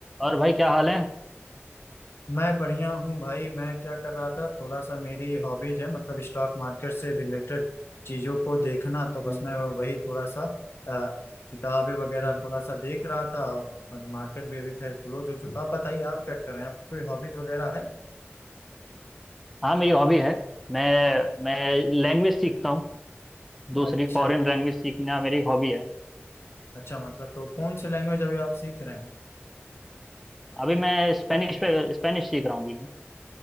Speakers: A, in the centre; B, on the left.
A: और भाई क्या हाल है
B: मैं बढ़िया हूँ भाई मैं क्या कर रहा था थोड़ा सा मेरी हॉबीज है मतलब स्टॉक मार्केट से रिलेटेड चीज़ों को देखना तो बस
A: हम्म,
B: मैं वही थोड़ा सा अ, किताबें वगैरह
A: हम्म।
B: थोड़ा सा देख रहा था और मार्केट भी अभी खैर क्लोज हो चुका आप बताइए आप क्या कर रहे हैं आपकी कोई हॉबीज वगैरह है
A: हाँ मेरी हॉबी है मैं मैं लैंग्वेज सीखता हूँ दूसरी
B: अच्छा
A: फॉरेन लैंग्वेज सीखना मेरी हॉबी है
B: अच्छा मतलब तो कौन सी लैंग्वेज अभी आप सीख रहे हैं
A: अभी मैं स्पेनिश पे स्पेनिश सीख रहा हूँ अभी मैं